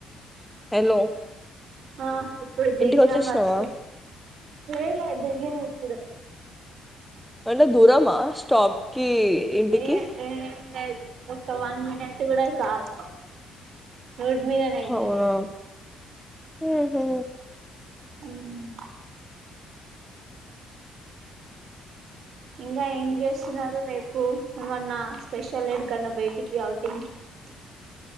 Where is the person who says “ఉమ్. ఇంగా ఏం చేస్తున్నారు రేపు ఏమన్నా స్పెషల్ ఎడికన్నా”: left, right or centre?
Right